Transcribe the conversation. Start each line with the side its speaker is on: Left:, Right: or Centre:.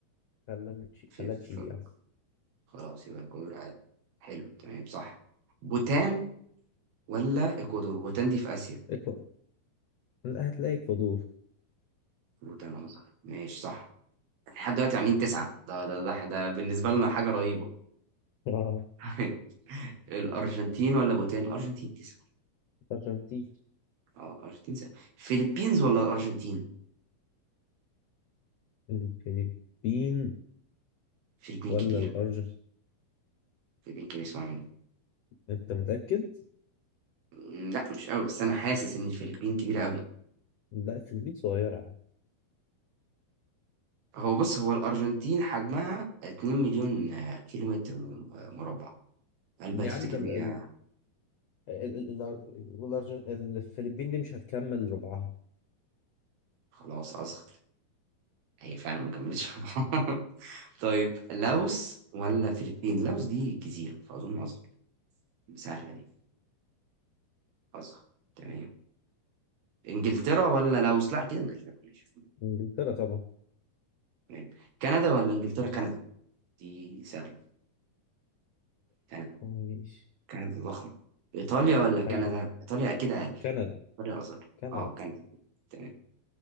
Left: خلنا تشي-
Right: في
Left: خلها
Right: في-
Left: تشيلي يعني
Right: خلاص يبقى اكوادور عادي حلو تمام صح بوتان ولا اكوادور بوتان دي في اسيا
Left: إكوا- لا هتلاقي اكوادور
Right: بوتان اصغر ماشي صح لحد دلوقتي عاملين تسعة ده ده ده, ده بالنسبة لنا حاجة رهيبة
Left: اه
Right: <laughs> الأرجنتين ولا بوتان؟ الأرجنتين تسعة
Left: الارجنتين
Right: اه الارجنتين سهل فيلبينز ولا الأرجنتين؟
Left: الفلبين
Right: فيلبين
Left: ولا
Right: كبيرة
Left: الارجنتين
Right: يمكن يسمع مني
Left: انت متأكد
Right: مم، لا مش قوي بس انا حاسس ان الفلبين كبيره قوي
Left: لا الفلبين صغيرة يا عم
Right: هو بص هو الارجنتين حجمها 2 مليون آه، كيلومتر م- مربع هل بقى
Left: يا
Right: تفتكر
Left: عم ده ال
Right: هي
Left: ال ال ال ال- والأرجن- الفلبين دي مش هتكمل ربعها
Right: خلاص اصغر هي فعلا ما كملتش <laughs> طيب لاوس ولا فلبين لاوس دي جزيره فاظن اصغر سهله دي اصغر تمام انجلترا ولا لاوس لا كده انجلترا ماشي
Left: انجلترا طبعا
Right: تمام كندا ولا انجلترا كندا دي سهله كندا
Left: ماشي
Right: كندا ضخمة إيطاليا ولا كندا؟
Left: ايوه
Right: إيطاليا أكيد أقل
Left: كندا
Right: إيطاليا أصغر
Left: كندا
Right: أه كندا تمام